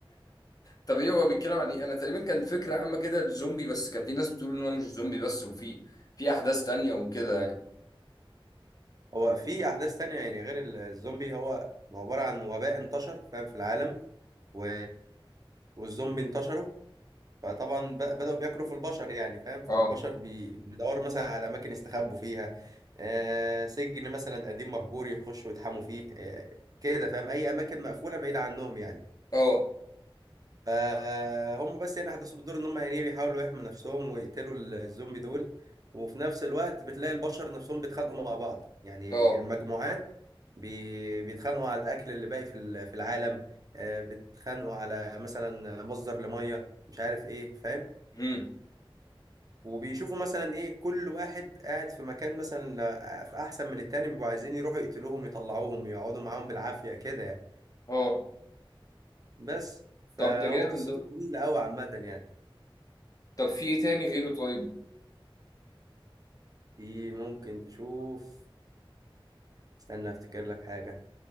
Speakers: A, on the left; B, on the right.
A: طب ايه هو بيتكلم عن ايه انا تقريبا كان فكره عامه كده الزومبي بس كان في ناس بتقول ان هو مش زومبي بس وفي في احداث تانية وكده يعني
B: <laughs> هو في احداث تانية يعني غير ال- الزومبي هو عباره عن وباء انتشر فاهم في العالم و... والزومبي انتشروا فطبعا ب- بدأوا بياكلوا في البشر يعني فاهم فالبشر
A: اه
B: بي- بيدوروا مثلا على أماكن يستخبوا فيها آه سجن مثلا قديم مهجور يخشوا يتحموا فيه آه كده فاهم أي أماكن مقفولة بعيدة عنهم يعني
A: اه
B: فهم بس يعني أحداثه بتدور إن هم يعني إيه بيحاولوا يحموا نفسهم ويقتلوا الزومبي دول وفي نفس الوقت بتلاقي البشر نفسهم بيتخانقوا مع بعض يعني
A: اه
B: المجموعات بي- بيتخانقوا على الأكل اللي باقي في ال- في العالم آه بيتخانقوا على مثلا مصدر لمية مش عارف إيه فاهم
A: امم
B: وبيشوفوا مثلا ايه كل واحد قاعد في مكان مثلا لا- في احسن من التاني بيبقوا عايزين يروحوا يقتلوهم يطلعوهم يقعدوا معاهم بالعافية كده يعني
A: اه
B: بس فهو
A: طب ده جامد
B: قصته
A: ده
B: طويلة قوي عامة يعني
A: طب في ايه تاني غيره طيب
B: في ممكن تشوف استنى افتكر لك حاجة